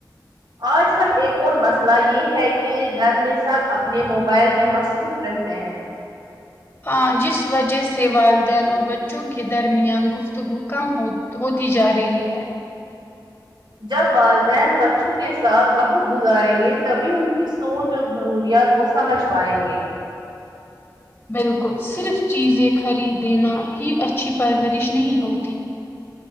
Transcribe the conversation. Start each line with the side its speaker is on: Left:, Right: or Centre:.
Right: آج کل ایک اور مسئلہ یہ ہے کہ گھر میں سب اپنے موبائل میں مصروف رہتے ہیں
Left: ہاں جس وجہ سے والدین اور بچوں کے درمیان گفتگو کم ہو ہوتی جا رہی ہے
Right: جب والدین بچوں کے ساتھ وقت گزاریں گے تبھی ان کی سوچ اور ضروریات کو سمجھ پائیں گے
Left: بالکل صرف چیزیں خرید دینا ہی اچھی پرورش نہیں ہوتی